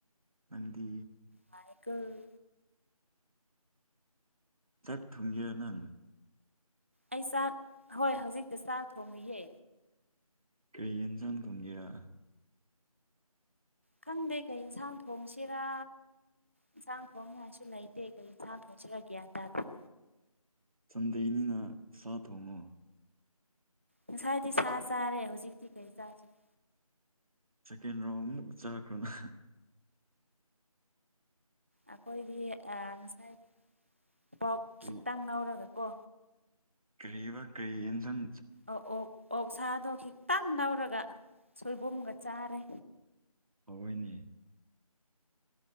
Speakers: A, on the right (about 65°); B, on the right (about 20°).
A: ꯅꯪꯗꯤ
B: ꯃꯥꯏꯀ‌ꯣ
A: ꯆꯥꯛ ꯊꯨꯡꯒꯦꯔ ꯅꯪ
B: ꯑꯩ ꯆꯥꯛ ꯍꯣꯏ ꯍꯧꯖꯤꯛꯇ ꯆꯥꯛ ꯊꯣꯡꯔꯤꯌꯦ
A: ꯀꯩ ꯌꯦꯟꯁꯥꯡ ꯊ‌ꯣꯡꯒꯦꯔꯥ
B: ꯈꯪꯗ‌ꯦ ꯀꯩ ꯌꯦꯟꯁꯥꯡ ꯊꯣꯡꯁꯤꯔꯥ ꯏꯟꯁꯥꯡ ꯊꯣꯡꯅꯤꯡꯉꯥꯏꯁꯨ ꯂꯩꯇꯦ ꯑꯩꯈꯣꯏ ꯏꯟꯁꯥꯡ ꯊꯣꯡꯁꯤꯔ ꯒ꯭ꯌꯥꯟ ꯇꯥꯗ‌ꯦ
A: ꯁꯟꯗ‌ꯦꯅꯤꯅ ꯁꯥ ꯊꯣꯡꯉꯣ
B: ꯉꯁꯥꯏꯗꯤ ꯁꯥ ꯆꯥꯔꯦ ꯍꯧꯖꯤꯛꯇꯤ ꯀꯔꯤ ꯆꯥꯥꯁꯤꯔ
A: ꯁꯦꯀꯦꯟ ꯔꯥꯎꯟ ꯑꯃꯨꯛ ꯆꯥꯈ‍꯭ꯔ‌ꯣꯅ
B: ꯑꯩꯈꯣꯏꯗꯤ ꯑꯥ ꯉꯁꯥꯏꯗꯤ ꯄ‌ꯣꯛ
A: ꯀꯔꯤ
B: ꯈꯤꯇꯪ ꯂꯧꯔꯒ ꯀꯣ
A: ꯀꯔꯤꯕ ꯀꯔꯤ ꯏꯟꯖꯥꯡ
B: ꯑꯣ ꯑꯣ ꯑꯣꯛ ꯁꯥꯗꯣ ꯈꯤꯇꯪ ꯂꯧꯔꯒ ꯁꯣꯏꯕꯨꯝꯒ ꯆꯥꯔꯦ
A: ꯍꯥꯎꯋ‌ꯦꯅꯦ